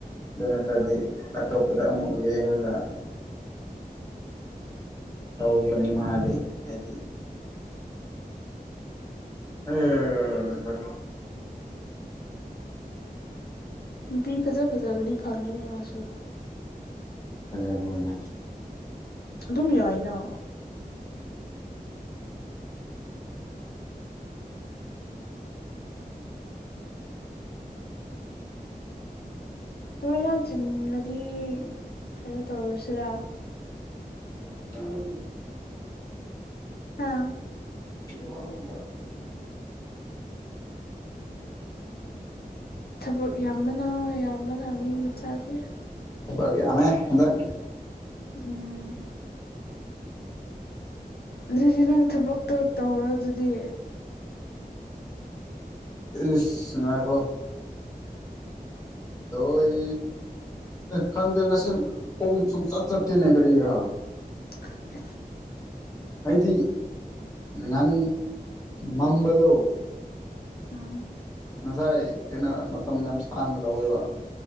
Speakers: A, on the left (about 20°); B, on the left (about 85°).
A: ꯑꯗꯨ ꯅꯠꯇ꯭ꯔꯔꯗꯤ ꯑꯇꯣꯞꯄꯗ ꯑꯃꯨꯛ ꯌꯦꯡꯉꯒ ꯇꯧꯕꯅꯤ ꯃꯥꯗꯤ ꯍꯥꯏꯗꯤ ꯍ ꯍ
B: ꯅꯨꯄꯤ ꯐꯖ ꯐꯖꯕꯗꯤ ꯐꯪꯉꯤꯅꯦ ꯃꯥꯁꯨ
A: ꯖꯔꯕꯅ
B: ꯑꯗꯨꯝ ꯌꯥꯎꯏꯅ
A: ꯎꯝ ꯑ
B: ꯊꯕꯛ ꯌꯥꯝ ꯆꯤꯂꯗꯤ ꯀꯩꯅꯣ ꯇꯧꯔꯁꯤꯔꯥ
A: <unintelligible> ꯑꯣ
B: ꯍꯥ
A: ꯋꯥ ꯋꯥ ꯋꯥ ꯋꯥ
B: ꯊꯕꯛ ꯌꯥꯝꯕꯅ ꯌꯥꯝꯕꯅ ꯃꯤ ꯃꯆꯥꯗꯤꯦ
A: ꯆ ꯌꯥꯃꯦ ꯑꯦ
B: ꯎꯝ ꯑꯗꯨꯗꯤ ꯅꯪ ꯊꯕꯛꯇꯣ ꯇꯧꯔꯣ ꯑꯗꯨꯗꯤ
A: ꯏꯁꯅꯥꯈꯣ ꯂꯣꯏ ꯈꯪꯗꯦ ꯉꯁꯤ ꯄꯨꯡ ꯁꯨꯡꯆꯠ ꯆꯠꯇꯦꯅꯦ ꯀꯔꯤ ꯀꯔꯥ
B: <inaudible>
A: ꯑꯩꯗꯤ ꯅꯟ ꯃꯝꯕꯗꯨꯣ
B: ꯎꯝ
A: ꯉꯁꯥꯏ ꯀꯩꯅꯣ ꯃꯇꯝ ꯌꯥꯝ ꯁꯥꯡꯅ ꯂꯧꯋꯦꯕ